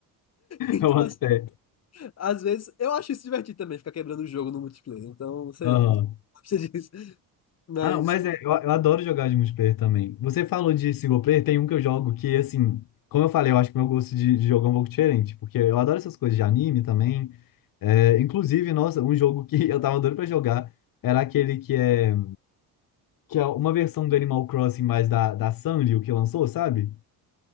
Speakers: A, on the left (about 40°); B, on the left (about 60°).
A: Então,
B: Eu boto
A: assim,
B: fé.
A: às vezes, eu acho isso divertido também, ficar quebrando o jogo no multiplayer. Então, sei
B: Aham.
A: lá, <laughs> não gosto disso. Mas,
B: Ah, não, mas é, eu, eu adoro jogar de multiplayer também. Você falou de single player, tem um que eu jogo que, assim, como eu falei, eu acho que meu gosto de, de jogo é um pouco diferente, porque eu adoro essas coisas de anime também. É, inclusive, nossa, um jogo que <laughs> eu tava doido pra jogar era aquele que é, que é uma versão do Animal Crossing, mas da, da Sanrio que lançou, sabe?